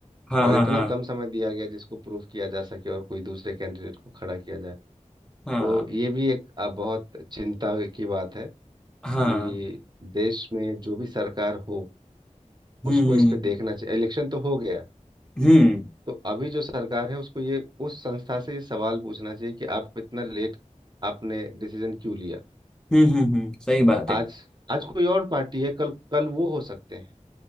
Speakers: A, in the centre; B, on the right (about 35°).
A: हाँ
B: और
A: हाँ
B: इतना
A: हाँ
B: कम समय दिया गया जिसको प्रूफ किया जा सके और कोई दूसरे कैंडिडेट को खड़ा किया जाए
A: हाँ
B: तो ये भी एक अ, बहुत चिंता की बात है कि
A: हाँ हाँ
B: देश में जो भी सरकार हो
A: हम्म
B: उसको
A: हम्म
B: इस पे देखना चाहिए इलेक्शन तो हो गया
A: हम्म
B: तो अभी जो सरकार है उसको ये उस संस्था से ये सवाल पूछना चाहिए कि आप इतना लेट आपने डिसीजन क्यों लिया
A: हम्म हम्म, हम्म, सही बात
B: आज
A: है
B: आज कोई और पार्टी है कल कल वो हो सकते हैं